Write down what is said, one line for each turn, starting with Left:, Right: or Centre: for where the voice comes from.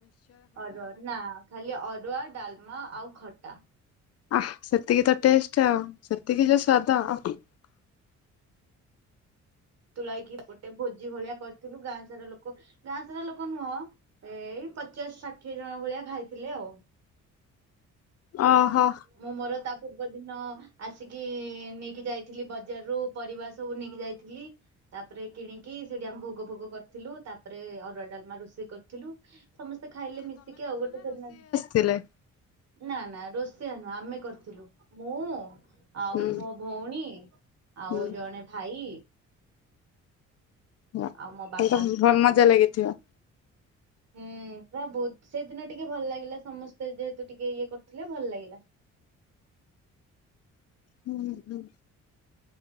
Right: ଅରୁଆ ନା ଖାଲି ଅରୁଆ ଡାଲମା ଆଉ ଖଟା।
Left: ଆଃ ସେତିକି ତ ଟେଷ୍ଟ ଆଉ ସେତିକି ଯୋଉ ସ୍ଵାଦ ଆଃ।
Right: ତୁଲାଇକି ଗୋଟେ ଭୋଜି ଭଳିଆ କରିଥିଲୁ ଗାଁ ସାରା ଲୋକ ଗାଁ ସାରା ଲୋକ ନୁହଁ ଏଇ ପଚାଶ ଷାଠିଏ ଜଣ ଭଳିଆ ଖାଇଥିଲେ ଆଉ।
Left: ଅହୋ।
Right: ମୁଁ ମୋର ତା ପୂର୍ବ ଦିନ ଆସିକି ନେଇକି ଯାଇଥିଲି ବଜାରରୁ ପରିବା ସବୁ ନେଇକି ଯାଇଥିଲି। ତାପରେ କିଣିକି ସେଠି ଆମେ ଭୋଗ ଫୋଗ କରିଥିଲୁ ତାପରେ ଅରୁଆ ଡାଲମା ରୋଷେଇ କରିଥିଲୁ। ସମସ୍ତେ ଖାଇଲେ ମିଶିକି ଆଉ ଗୋଟେ ସେଦିନ।
Left: ଥିଲେ।
Right: ନା ନା ରୋଷେଇଆ ନୁହଁ ଆମେ କରିଥିଲୁ ମୁଁ ଆଉ
Left: ହୁଁ
Right: ମୋ ଭଉଣୀ ଆଉ
Left: ହୁଁ।
Right: ଜଣେ ଭାଇ
Left: ତାହାଲେ
Right: ଆଉ ମୋ ବାପା।
Left: ତ ଭଲ ମଜା ଲାଗିଥିବ।
Right: ହୁଁ ପୁରା ବହୁତ ସେଇଦିନ ଟିକେ ଭଲ ଲାଗିଲା ସମସ୍ତେ ଯେହେତୁ ଟିକେ ଇଏ କରିଥିଲେ ଭଲ ଲାଗିଲା।
Left: ହୁଁ ହୁଁ।